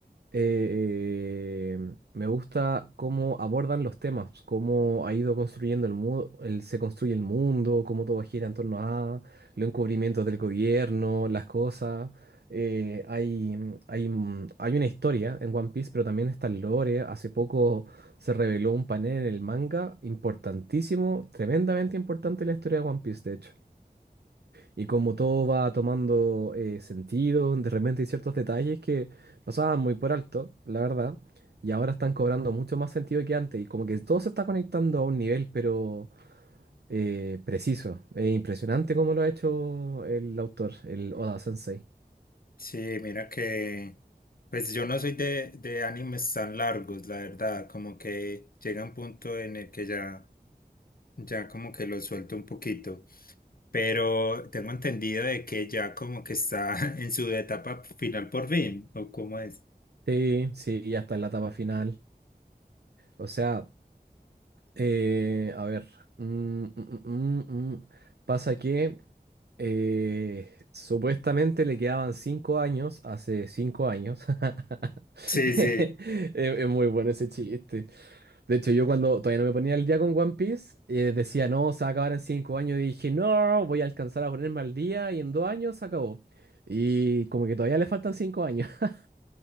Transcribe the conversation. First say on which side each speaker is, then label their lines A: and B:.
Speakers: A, on the right; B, on the left.
A: eh, eh, me gusta cómo abordan los temas, cómo ha ido construyendo el mundo, se construye el mundo, cómo todo gira en torno a los encubrimientos del gobierno, las cosas. Eh, hay, hay, hay una historia en One Piece, pero también está el lore. Hace poco se reveló un panel en el manga importantísimo, tremendamente importante en la historia de One Piece, de hecho. Y como todo va tomando eh, sentido, de repente hay ciertos detalles que pasaban muy por alto, la verdad, y ahora están cobrando mucho más sentido que antes, y como que todo se está conectando a un nivel, pero eh, preciso. Es impresionante cómo lo ha hecho el autor, el Oda Sensei.
B: Sí, mira que, pues yo no soy de, de animes tan largos, la verdad, como que llega un punto en el que ya... Ya como que lo suelto un poquito, pero tengo entendido de que ya como que está <laughs> en su etapa final por fin, ¿o cómo es?
A: Sí, sí, ya está en la etapa final. O sea, eh, a ver, mm, mm, mm, mm, mm. Pasa que eh, supuestamente le quedaban cinco años, hace cinco años. <laughs>
B: Sí,
A: <laughs> Es,
B: sí,
A: es muy bueno ese chiste. De hecho, yo cuando todavía no me ponía al día con One Piece, eh, decía, no, se va a acabar en cinco años. Y dije, no, voy a alcanzar a ponerme al día y en dos años se acabó. Y como que todavía le faltan cinco años. <laughs>